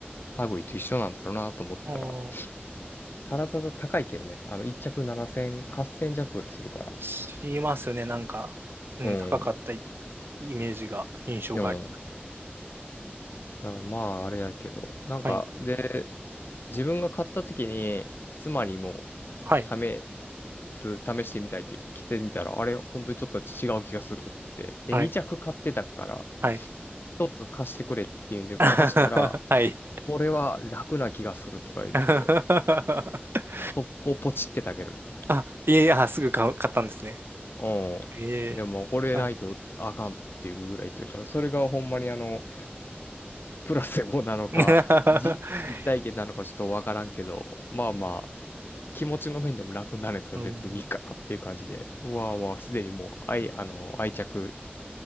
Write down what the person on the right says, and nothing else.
あー
しますよね。なんか、うん、
高かったイメージが、印象があり。
はい。
はい。
はい。
はい。
<laughs> はい。
<laughs>
あ、いえいえ、あ、すぐ買う買ったんですね。
ええ。
はい。
<laughs>
うん。